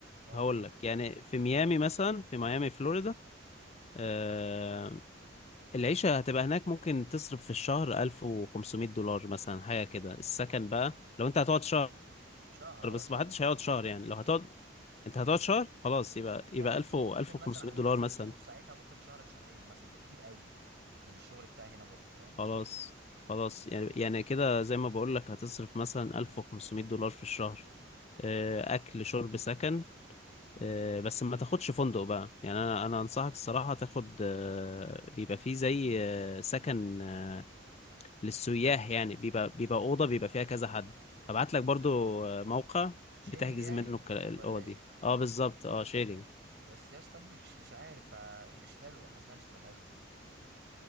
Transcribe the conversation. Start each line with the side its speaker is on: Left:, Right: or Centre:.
Right: اه
Left: هقول لك يعني في ميامي مثلا في ميامي فلوريدا آه العيشة هتبقى هناك ممكن تصرف في الشهر 1500 دولار مثلا حاجة كده السكن بقى لو انت هتقعد شهر
Right: شهر اه
Left: بس
Right: شهر
Left: ما حدش هيقعد شهر يعني لو هتقعد انت هتقعد شهر خلاص يبقى يبقى
Right: يعني ممكن
Left: 1000 و
Right: ممكن
Left: 1500
Right: مثلا على
Left: دولار
Right: حسب
Left: مثلا
Right: الظروف ساعتها ممكن شهر لشهرين مثلا بكتير قوي عشان الشغل بتاعي هنا برضه فاهم
Left: خلاص خلاص يعني يعني كده زي ما بقول لك هتصرف مثلا 1500 دولار في الشهر آه، اكل شرب سكن آه، بس ما تاخدش فندق بقى يعني انا انا انصحك الصراحة تاخد آه، بيبقى فيه زي آه، سكن آه، للسياح يعني بيبقى بيبقى أوضة بيبقى فيها كذا حد هبعت لك برضو آه، موقع
Right: شيرنج
Left: بتحجز
Right: يعني
Left: منه الك- الأوض
Right: ولا ايه
Left: دي اه بالظبط اه شيرنج
Right: بس يا اسطى مش مش عارف آه، مش حلوه حاسس انها مش هتبقى حلوه